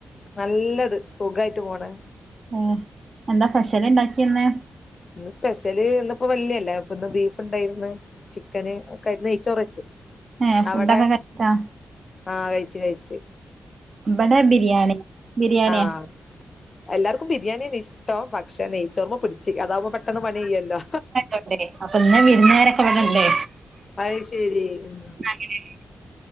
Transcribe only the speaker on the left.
നല്ലത് സുഖായിട്ട് പോണ്
ഇന്ന് സ്പെഷ്യല് ഇന്നിപ്പോ വള്ളിയല്ലേ അപ്പൊ ഇന്ന് ബീഫ്ണ്ടായിന്ന് ചിക്കന് ഒക്കെ നെയ്ച്ചോറച്ച്
അവടെ
ആഹ് കഴിച്ച് കഴിച്ച്
ആഹ് എല്ലാർക്കും ബിരിയാണി ആണ് ഇഷ്ടം പക്ഷെ നെയ്ച്ചോർമ്മ പിടിച്ച് അതാവുമ്പോ പെട്ടെന്ന് പണിയ്യല്ലോ
അയ് ശരി ഉം